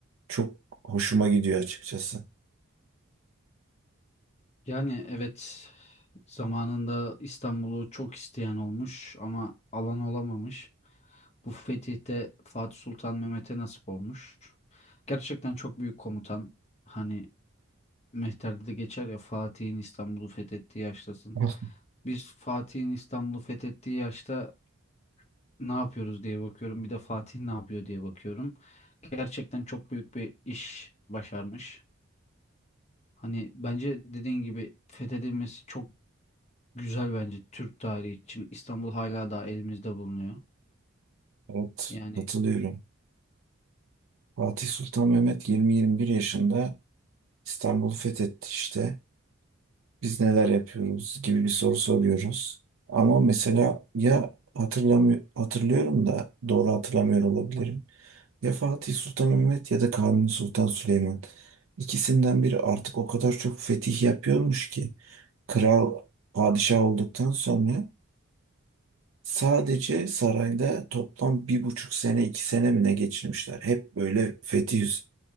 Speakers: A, on the right; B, on the left.
A: çok hoşuma gidiyor açıkçası.
B: Yani evet zamanında İstanbul'u çok isteyen olmuş ama alan olamamış. Bu fetihte Fatih Sultan Mehmet'e nasip olmuş. Gerçekten çok büyük komutan. Hani Mehter'de de geçer ya Fatih'in İstanbul'u fethettiği yaştasın.
A: <laughs>
B: Biz Fatih'in İstanbul'u fethettiği yaşta ne yapıyoruz diye bakıyorum. Bir de Fatih ne yapıyor diye bakıyorum. Gerçekten çok büyük bir iş başarmış. Hani bence dediğin gibi fethedilmesi çok Güzel bence Türk tarihi için. İstanbul hala daha elimizde bulunuyor.
A: Evet,
B: Yani,
A: katılıyorum. Fatih Sultan Mehmet 20-21 yaşında İstanbul'u fethetti işte. biz neler yapıyoruz gibi bir soru soruyoruz. Ama mesela ya hatırlamıyor, hatırlıyorum da doğru hatırlamıyor olabilirim. Ya Fatih Sultan Mehmet ya da Kanuni Sultan Süleyman. İkisinden biri artık o kadar çok fetih yapıyormuş ki kral padişah olduktan sonra sadece sarayda toplam bir buçuk sene iki sene mi ne geçirmişler. Hep böyle fetih